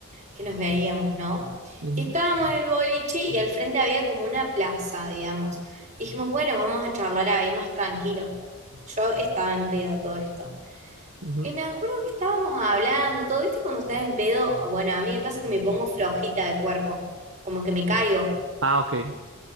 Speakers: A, on the right; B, on the right.
A: que nos veíamos, ¿no?
B: Ujú,
A: Y estábamos en el boliche y al frente había como una plaza, digamos. Dijimos, bueno, vamos a charlar ahí más tranquilos. Yo estaba en pedo todo esto.
B: ujú.
A: Y me acuerdo que estábamos hablando, todo, ¿viste? Cuando estás en pedo, bueno, a mí me pasa que me pongo flojita de cuerpo, como que me caigo.
B: Ah, ok.